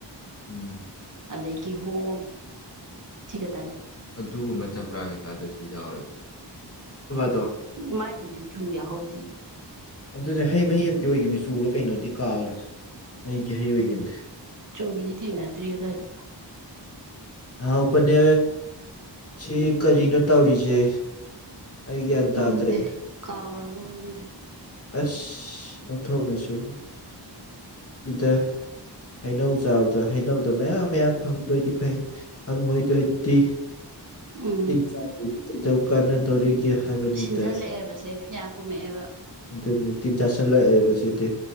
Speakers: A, on the left; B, on the right.
A: ꯎꯝ
B: ꯑꯗꯩꯒꯤ ꯀꯤꯍꯣꯝ ꯁꯤ ꯈꯠꯇꯅꯦ
A: ꯑꯗꯨꯨꯒꯨꯝꯕ ꯆꯝꯄ꯭ꯔꯥ ꯀꯩꯀꯥꯗꯨꯁꯨ ꯌꯥꯎꯋꯦꯕ <unintelligible>
B: ꯃꯥꯏꯗꯨꯗꯤ ꯆꯨ ꯌꯥꯍꯎꯗꯦ
A: ꯑꯗꯨꯅꯦ ꯍꯩ ꯃꯍꯩ ꯑꯃꯗꯤ ꯑꯣꯏꯈꯤꯕꯅꯤ ꯆꯨꯔ ꯀꯩꯅꯣꯗꯤ ꯀꯥꯎꯔꯦ ꯍꯩꯗꯤ ꯍꯩ ꯑꯣꯏꯈꯤꯕꯅꯦ
B: ꯆꯨꯒꯤꯗꯤꯠꯊꯦꯡꯅ ꯑꯗꯨꯋꯥꯏꯗ
A: ꯍꯥꯎꯕꯅꯦ ꯁꯤ ꯀꯔꯤꯅꯣ ꯇꯧꯔꯤꯁꯦ ꯑꯩ ꯒ꯭ꯌꯥꯟ
B: ꯈꯪꯡꯗꯦ
A: ꯇꯥꯗ꯭ꯔꯦ
B: ꯀꯥꯎꯔꯕ ꯈꯪꯡꯗꯦ
A: ꯑꯁ ꯑꯣꯟꯊꯣꯛꯅꯁꯨ ꯁꯤꯗ ꯍꯩꯅꯧ ꯆꯥꯕꯗꯣ ꯍꯩꯅꯧꯗꯣ ꯃꯌꯥꯝ ꯃꯌꯥꯝ ꯐꯪꯗꯣꯏꯗꯤ ꯐꯩ ꯐꯪꯉꯣꯏꯗꯣꯏꯗꯤ
B: ꯎꯝ
A: <unintelligible> ꯀꯥꯟꯅꯗꯧꯔꯤꯒꯦ ꯀꯦ ꯍꯥꯏꯕꯅꯤꯗ
B: ꯁꯤꯟꯖꯜꯂꯛꯑꯦꯕꯁꯦ ꯌꯥ ꯀꯨꯝꯃꯛꯑꯦꯕ
A: ꯑꯗꯨ ꯇꯤꯟ ꯆꯥꯁꯤꯜꯂꯛꯑꯦꯕꯁꯤꯗꯤ